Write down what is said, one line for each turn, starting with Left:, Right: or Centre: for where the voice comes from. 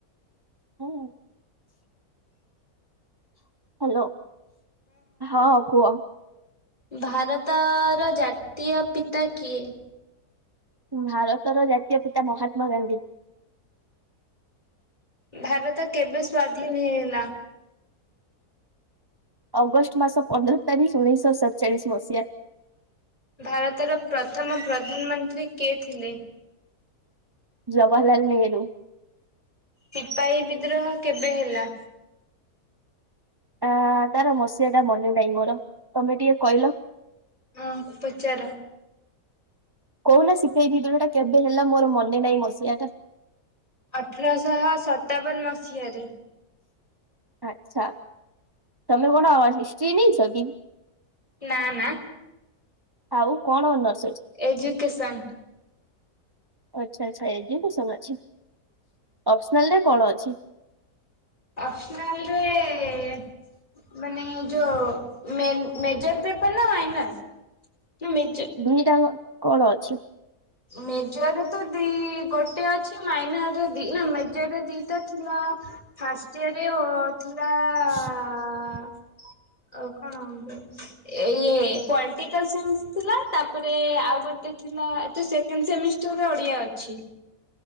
Right: ହଁ। ହାଲୋ ହଁ କୁହ?
Left: ଭାରତର ଜାତୀୟ ପିତା କିଏ?
Right: ଭାରତର ଜାତୀୟ ପିତା ମହାତ୍ମା ଗାନ୍ଧୀ।
Left: ଭାରତ କେବେ ସ୍ଵାଧୀନ ହେଇଲା?
Right: ଅଗଷ୍ଟ ମାସ ପନ୍ଦର ତାରିଖ ଉଣେଇଶ ସତଚାଳିଶ ମସିହା।
Left: ଭାରତର ପ୍ରଥମ ପ୍ରଧାନମନ୍ତ୍ରୀ କିଏ ଥିଲେ?
Right: ଜବାହାରଲାଲ ନେହେରୁ।
Left: ସିପାହୀ ବିଦ୍ରୋହ କେବେ ହେଲା?
Right: ଆ ତାର ମସିହା ଟା ମନେ ନାହିଁ ମୋର ତମେ ଟିକେ କହିଲ?
Left: ହଁ ପଚାର?
Right: କହୁନା ସିପାହୀ ବିଦ୍ରହ କେବେ ହେଲା ମୋର ମନେ ନାଇଁ ମସିିବା ଟା
Left: ଅଠରଶହ ସତାବନ ମସିହାରେ।
Right: ଆଛା ତମେ କଣ ହିଷ୍ଟ୍ରୀ ନେଇଁଛ କି?
Left: ନା ନା।
Right: ଆଉ କଣ ଅନଶ୍ର
Left: ଏଜୁକେସନ୍।
Right: ଆଛା ଆଛା ଏଯୁକେଶନ ଅଛି ଆପ୍ସନାଲ ରେ କଣ ଅଛି?
Left: ଆପ୍ସନାଲରେ ମାନେ ଯୋଉ ମେ ମେଜର ପେପର ନା ମାଇନର? ନା ମେଜ
Right: ଦୁଇି ଟା ଯାକ କଣ ଅଛି?
Left: ମେଜର ତ ଦିଇ ଗୋଟେ ଅଛି ମାଇନାର ଦିଇ ନା ମେଜର ଦିଇଟା ଥିଲା ଫାଷ୍ଟ ଇୟରରେ ଓ ଥିଲା
Right: <inaudible>
Left: ହଁ। କଣ ଇଏ ପଲଟିକାଲ ସାଇନ୍ସ ଥିଲା ତାପରେ ଆଉ ଗୋଟେ ଥିଲା ତ ସେଣ୍ଡ ସେମିଷ୍ଟରର ଓଡିଆ ଅଛି।